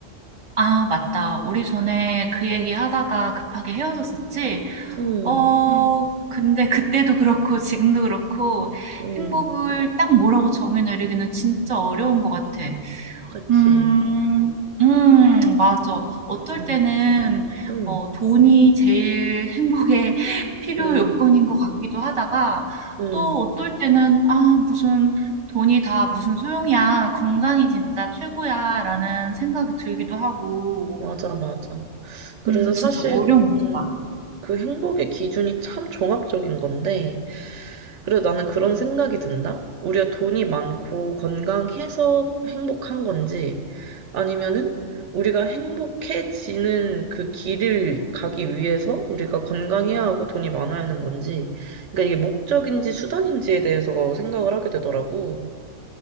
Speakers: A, on the right; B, on the right.
A: 아, 맞다. 우리 전에 그 얘기 하다가 급하게 헤어졌었지?
B: 응,
A: 음. 어, 근데 그때도 그렇고 지금도 그렇고
B: 응,
A: 행복을 딱 뭐라고 정의 내리기는 진짜 어려운 것 같아.
B: 그치.
A: 음, 음, 맞아. 어떨
B: 응,
A: 때는
B: 응,
A: 어, 돈이 제일 행복의 <laughs> 필요
B: 응,
A: 요건인 것 같기도 하다가
B: 응,
A: 또 어떨 때는 아, 무슨 돈이 다 무슨 소용이야. 건강이 진짜 최고야. 라는 생각이 들기도 하고.
B: 맞아, 맞아. 그래서
A: 음,
B: 사실,
A: 진짜 어려운 문제다.
B: 음, 그 행복의 기준이 참 종합적인 건데, 그래서 나는 그런 생각이 든다. 우리가 돈이 많고 건강해서 행복한 건지 아니면은 우리가 행복해지는 그 길을 가기 위해서 우리가 건강해야 하고 돈이 많아야 하는 건지. 그러니까 이게 목적인지 수단인지에 대해서 생각을 하게 되더라고.